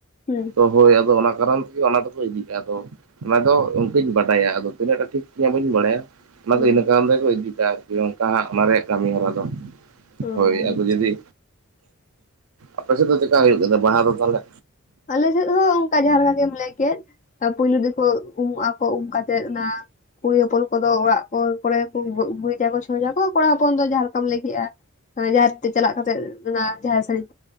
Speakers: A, on the left; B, on the right.
A: ᱦᱩᱸ
B: ᱛᱚ ᱦᱳᱭ ᱟᱫᱚ ᱚᱱᱟ ᱠᱟᱨᱚᱱ ᱛᱮᱜᱮ ᱚᱱᱟ ᱫᱚᱠᱚ ᱤᱫᱤ ᱠᱟᱜᱼᱟ ᱟᱫᱚ ᱚᱱᱟᱫᱚ ᱚᱱᱠᱟᱹᱧ ᱵᱟᱰᱟᱭᱟ ᱟᱫᱚ ᱛᱤᱱᱟᱹᱜ ᱴᱟ ᱴᱷᱤᱠ ᱛᱧ ᱵᱟᱹᱧ ᱵᱟᱰᱟᱭᱟ ᱚᱱᱟᱫᱚ
A: ᱦᱩᱸ ᱦᱩᱸ
B: ᱤᱱᱟᱹ ᱠᱟᱨᱚᱱ ᱛᱮᱠᱚ ᱤᱫᱤ ᱠᱟᱜ ᱚᱱᱠᱟ ᱦᱟᱜ ᱚᱱᱟ ᱨᱮᱭᱟᱜ ᱠᱟᱹᱢᱤ ᱦᱚᱨᱟ ᱫᱚ
A: ᱚ
B: ᱦᱳᱭ ᱟᱫᱚ
A: ᱟᱪᱪᱷᱟ
B: ᱡᱩᱫᱤ ᱟᱯᱮᱥᱮᱫ ᱫᱚ ᱪᱮᱠᱟ ᱦᱩᱭᱩᱜ ᱠᱟᱱᱟ ᱵᱟᱦᱟ ᱫᱚ ᱛᱟᱦᱚᱞᱮ
A: ᱟᱞᱮᱥᱮᱫ ᱦᱚᱸ ᱚᱱᱠᱟ ᱡᱟᱦᱟᱸ ᱞᱮᱠᱟ ᱜᱮᱢ ᱞᱟᱹᱭ ᱠᱮᱫ ᱛᱟ ᱯᱩᱭᱞᱩ ᱫᱠᱚ ᱩᱢᱩᱜ ᱟᱠᱚ ᱩᱢ ᱠᱟᱛᱮᱜ ᱚᱱᱟ ᱠᱩᱲᱤ ᱦᱚᱯᱚᱱ ᱠᱚ ᱫᱚ ᱚᱲᱟᱜ ᱠᱚ ᱠᱚᱨᱮ ᱜᱮ ᱠᱚ ᱜᱩᱨᱤᱡᱟᱠᱚ ᱪᱷᱚᱪᱟᱠᱚ ᱠᱚᱲᱟ ᱦᱚᱯᱚᱱ ᱫᱚ ᱡᱟᱦᱟᱸ ᱞᱮᱠᱟᱢ ᱞᱟᱹᱭ ᱠᱮᱜᱼᱟ ᱦᱮ ᱡᱟᱦᱮᱨ ᱛᱮ ᱪᱟᱞᱟᱜ ᱠᱟᱛᱮᱜ ᱚᱱᱟ ᱡᱟᱦᱮᱨ ᱥᱟᱹᱲᱤᱢ